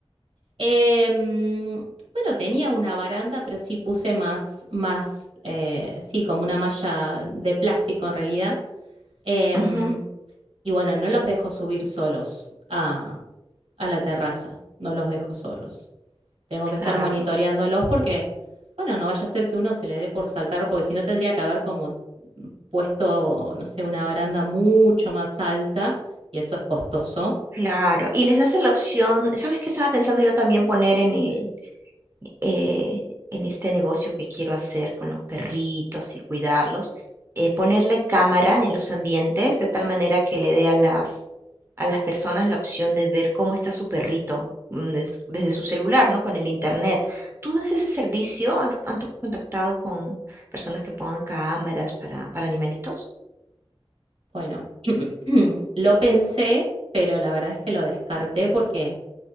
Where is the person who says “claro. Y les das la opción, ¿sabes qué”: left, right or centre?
Right